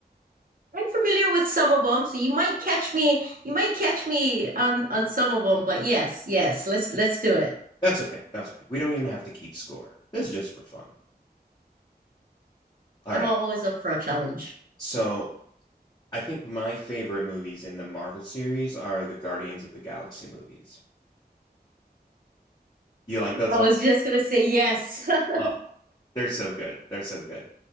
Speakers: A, on the right; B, on the left.
A: I'm familiar with some of them, so you might catch me you might catch me on on some of them, but yes, yes, let's let's do it.
B: That's okay, that's okay. We don't even have to keep score. This is just for fun. Alright,
A: I'm always up for a challenge.
B: so I think my favorite movies in the Marvel series are the Guardians of the Galaxy movies. You like those
A: I
B: ones?
A: was just gonna say yes. <laughs>
B: Oh, they're so good, they're so good.